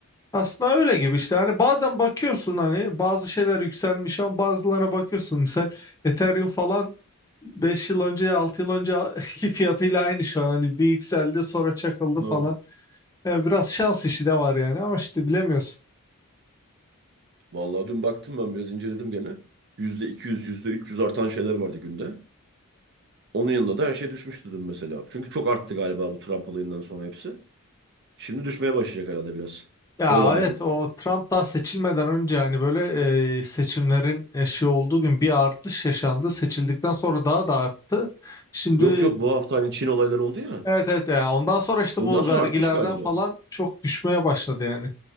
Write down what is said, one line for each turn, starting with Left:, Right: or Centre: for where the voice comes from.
Left: Aslında öyle gibi işte hani bazen bakıyorsun hani bazı şeyler yükselmiş ama bazılarına bakıyorsun misal Ethereum falan beş yıl önce 6 yıl önceki <laughs> fiyatıyla aynı şu an hani bir yükseldi sonra çakıldı falan.
Right: Ha.
Left: Yani biraz şans işi de var yani ama işte bilemiyorsun.
Right: Vallahi dün baktım ben biraz inceledim gene. yüzde yüzde iki yüz yüzde üç yüz artan şeyler vardı günde. Onun yanında da her şey düşmüştü dün mesela. Çünkü çok arttı galiba bu Trump olayından sonra hepsi. Şimdi düşmeye başlayacak herhalde biraz.
Left: Ya
Right: Öyle anladım.
Left: evet o Trump daha seçilmeden önce hani böyle e, seçimlerin eşiği olduğu gün bir artış yaşandı. Seçildikten sonra daha da arttı. Şimdi
Right: Yok yok bu hafta hani Çin olayları oldu ya.
Left: Evet evet ya ondan sonra işte
Right: Ondan
Left: bu
Right: sonra
Left: vergilerden
Right: artmış galiba.
Left: falan çok düşmeye başladı yani.